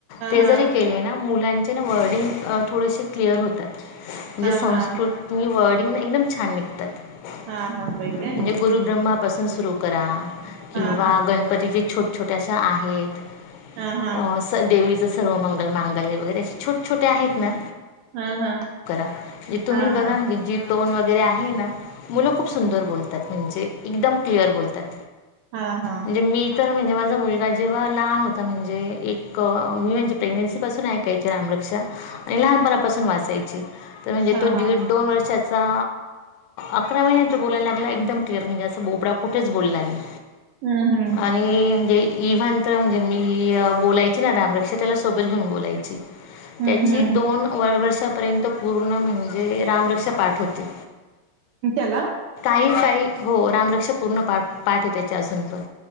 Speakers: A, on the left; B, on the right.
A: ते
B: ह
A: जरी केले ना मुलांचे ना वर्डिंग थोडेसे क्लिअर होतात म्हणजे
B: हा
A: संस्कृती
B: हा हा हा
A: वडी एकदम छान निघतात म्हणजे
B: हा हा होय काय
A: गुरुब्रह्मापासून सुरु करा किंवा
B: हा हा
A: गणपती ज छोट छोट्याशा आहेत
B: हा
A: अ स देवी सर्व मंगल मांगल्ये वगैरे असे छोट छोटे आहेत ना
B: हा हा
A: जे तुम्ही
B: हा हा
A: बघा
B: हा
A: ना जी टोन वगैरे आहे ना मुलं खूप सुंदर बोलतात म्हणजे एकदम क्लिअर बोलतात
B: हा हा हा
A: म्हणजे मी तर म्हणजे माझा मुलगा जेव्हा लहान होता म्हणजे एक मी म्हणजे प्रेग्नेन्सी पासून ऐकायची रामरक्षा आणि लहानपणापासून वाचायची तर म्हणजे
B: हा
A: तो
B: हा हा
A: दीड दोन वर्षाचा अकरा महिन्यांतर बोलायला लागला एकदम क्लिअर म्हणजे बोबडा कुठेच बोला नाही
B: हम्म हम्म
A: आणी जे इव्हन तर म्हणजे मी बोलायची ना रामरक्षा त्याला सोबत घेऊन बोलायची
B: हम्म,
A: त्याची
B: हम्म.
A: दोन वर्षापर्यंत पूर्ण म्हणजे रामरक्षा पाठ होती
B: त्याला
A: नाही ताई हो रामरक्षा पूर्ण पाठ पाठ आहे त्याची अजून पण